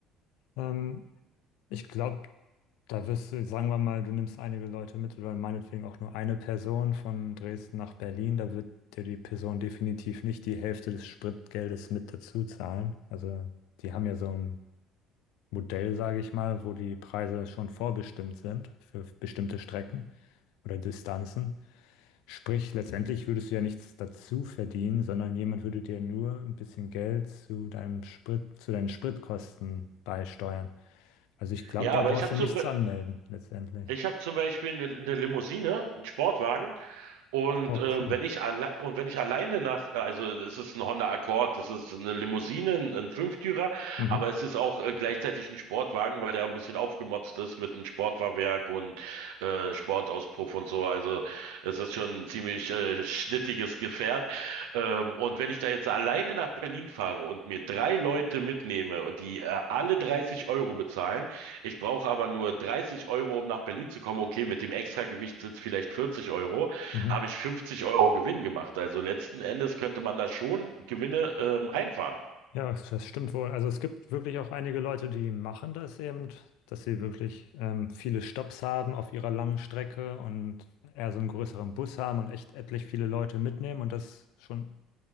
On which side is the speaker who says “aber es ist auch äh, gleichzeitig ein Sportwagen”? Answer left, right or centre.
Right